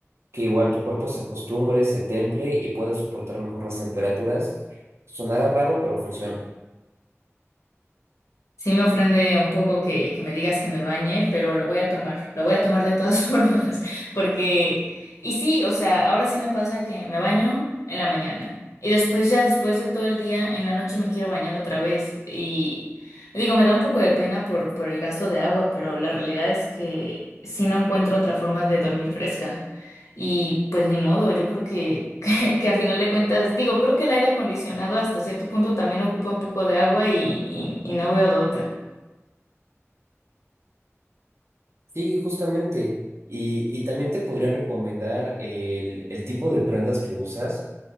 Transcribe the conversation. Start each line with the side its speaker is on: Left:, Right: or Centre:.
Right: que igual tu cuerpo se acostumbre, se temple y pueda soportar mejor las temperaturas. Sonará raro, pero funciona.
Left: Sí me ofende un poco que, que me digas que me bañe, pero lo voy a tomar, lo voy a tomar de todas <laughs> formas, porque, y sí, o sea, ahora sí me pasa que me baño en la mañana y después ya, después de todo el día, en la noche me quiero bañar otra vez y digo, me da un poco de pena por, por el gasto de agua, pero la realidad es que sí no encuentro otra forma de dormir fresca y pues ni modo, yo creo que <laughs> <laughs> que a final de cuentas, digo, creo que el aire acondicionado hasta cierto punto también ocupa un poco de agua y, y- y no veo de otra.
Right: Sí, justamente. Y, y también te podría recomendar el, el tipo de prendas que usas.